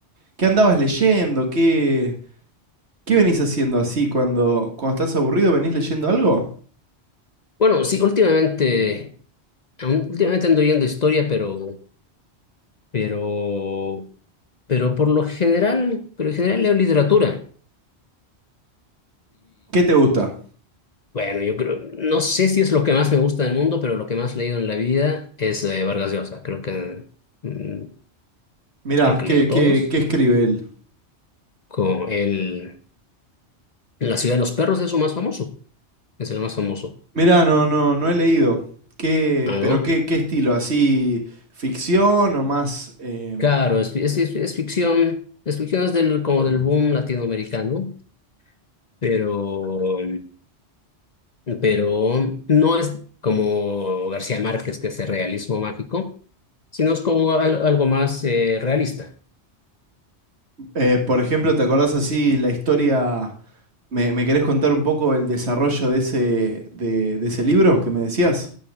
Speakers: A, on the right; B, on the left.
A: qué andabas leyendo, qué, qué venís haciendo así cuando, cuando estás aburrido, ¿venís leyendo algo?
B: Bueno, sí, últimamente, aún- últimamente ando yendo historia, pero, pero, pero por lo general, pero en general leo literatura
A: ¿Qué te gusta?
B: Bueno, yo creo, no sé si es lo que más me gusta del mundo, pero lo que más he leído en la vida es eh, Vargas Llosa. Creo que, mm,
A: Mirá,
B: creo que
A: ¿qué,
B: he leído todos.
A: qué, qué escribe él?
B: Con el, La ciudad de los perros es su más famoso. Es el más famoso.
A: Mirá, no, no, no he leído. ¿Qué,
B: Ah,
A: pero
B: ¿no?
A: qué, qué estilo? ¿Así ficción o más em,
B: Claro, es, es, es- es ficción. Es ficción es del, como del boom latinoamericano, pero, pero no es como García Márquez, que es el realismo mágico, sino es como al- algo más eh, realista.
A: Eh, por ejemplo, ¿te acordás así la historia? ¿Me, me querés contar un poco el desarrollo de ese, de, de ese libro que me decías?